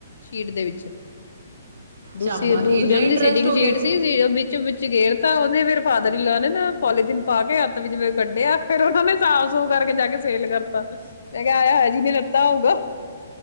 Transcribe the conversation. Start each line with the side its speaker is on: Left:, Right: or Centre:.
Left: ਸ਼ੀਟ ਦੇ ਵਿੱਚ ਦੂਸੀ
Right: ਸ਼ਾਬਾ
Left: ਦੂਸਰੀ
Right: ਇੰਨਾ
Left: ਉਹਨਾਂ ਦੀ
Right: ਇੰਟਰਸਟ
Left: ਸੀਟਿੰਗ
Right: ਹੋ
Left: ਸ਼ੀਟ
Right: ਗਿਆ
Left: ਸੀ ਵਿੱਚ ਵਿੱਚ ਗੇਰ ਤਾਂ ਉਹਦੇ ਫਿਰ ਫਾਦਰ ਹੀ ਲੈ ਨੇ ਨਾ ਪੋਲੀਥਨ ਪਾ ਕੇ ਹੱਤ ਵਿੱਚਵੇ ਕੱਢਿਆ ਫਿਰ ਉਹਨਾਂ ਨੇ ਸਾਫ਼ ਸੂਫ਼ ਕਰਕੇ ਜਾ ਕੇ ਸੇਲ ਕਰਤਾ। ਮੈਂ ਕਿਹਾ ਆਏ ਹਾਏ ਕਿਵੇਂ ਲੱਤਾਂ ਹੋਊਗਾ।